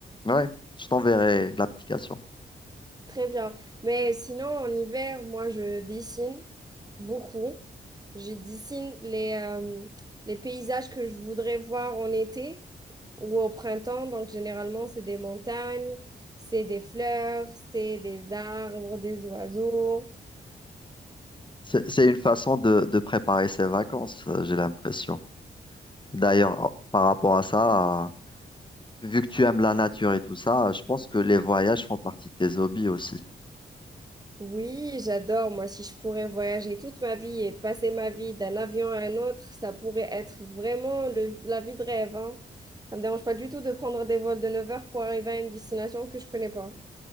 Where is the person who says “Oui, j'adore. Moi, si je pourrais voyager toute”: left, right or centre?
Right